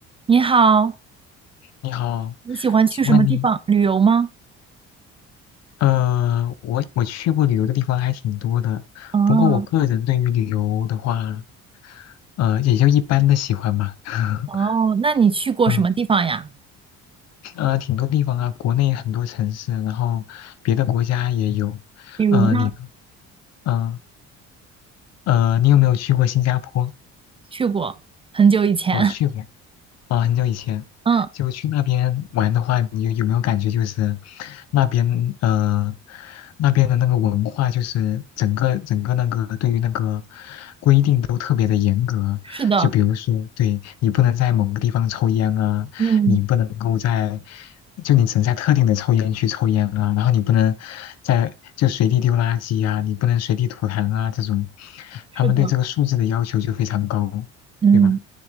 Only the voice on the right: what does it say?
你好，
你喜欢去什么地方旅游吗？
哦
哦，那你去过什么地方呀？
比如呢？
去过很久以前。
<laughs>
嗯，
是的，
嗯，
是的，
嗯，